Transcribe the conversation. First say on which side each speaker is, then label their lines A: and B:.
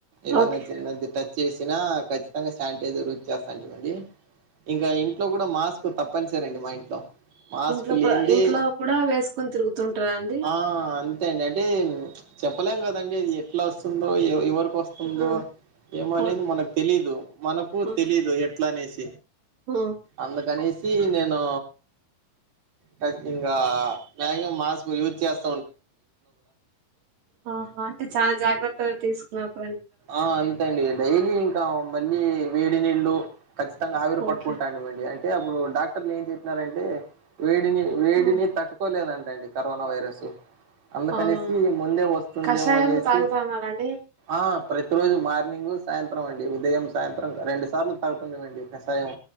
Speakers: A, on the right; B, on the right.
A: ఏదన్నా
B: ఓకే
A: చిన్నది టచ్ చేసినా ఖచ్చితంగా శానిటైజర్ యూస్ చేస్తాంటిమండి ఇంకా ఇంట్లో కూడా మాస్క్ తప్పనిసరండి మా ఇంట్లో మాస్క్
B: ఇంట్లోకూడ
A: లేనిదే
B: ఇంట్లో కూడా వేస్ కొని తిరుగుతుంటరా అండి
A: ఆ అంతే అండి అంటే చెప్పలేం కదండి అది ఎట్లా వస్తుందో ఎవ్ ఎవరు వస్తుందో
B: ఉమ్
A: ఏమనేది
B: ఓకే
A: మనకు తెలీదు మనకు
B: ఓకే
A: తెలీదు ఎట్ల అనేసి
B: ఉమ్
A: అందుకనేసి నేను టక్ ఇంగా మ్యాక్సిమం మాస్కు యూస్ చేస్
B: ఆ అంటే చానా జాగ్రత్త తీసుకునట్
A: ఆ అంతేండి డైలీ ఇంకా మ నీ వేడి నీళ్ళు ఖచ్చితంగ ఆవిరు
B: ఓకే.
A: పటుకుట్టాండి మండి టే అప్పుడు డాక్టర్లు ఏం చెప్పినారంటే వేడిని వేడిని
B: హ్మ్.
A: తట్టుకోలేదం దాన్ని కరోనా వైరసు అందుకనేసి
B: అవునవును.
A: ముందే వస్తుందేమో
B: కషాయము
A: అనేసి
B: తాగుతన్నారండి?
A: ఆ ప్రతిరోజు మార్నింగ్ సాయంత్రం అండి ఉదయం సాయంత్రం రెండు సార్లు తాగుతున్నానండి కషాయం